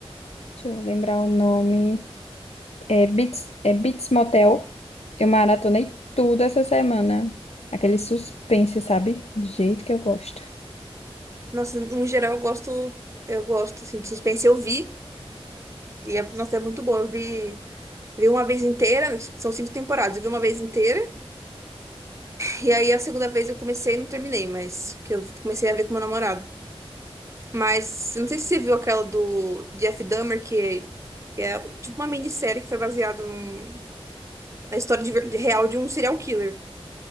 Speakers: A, on the left; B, on the right.
A: deixa eu lembrar o nome, é Beats, é Beats Motel? Eu maratonei tudo essa semana. Aquele suspense, sabe? Do jeito que eu gosto.
B: Nossa, no geral eu gosto, eu gosto assim, de suspense, eu vi, e é, nossa, é muito bom. Eu vi, vi uma vez inteira, são cinco temporadas, eu vi uma vez inteira, e aí a segunda vez eu comecei e não terminei, mas que eu comecei a ver com meu namorado. Mas eu não sei se você viu aquela do Jeff Dahmer, que, é- que é tipo uma minissérie que foi baseada num- na história de ver- de real de um serial killer,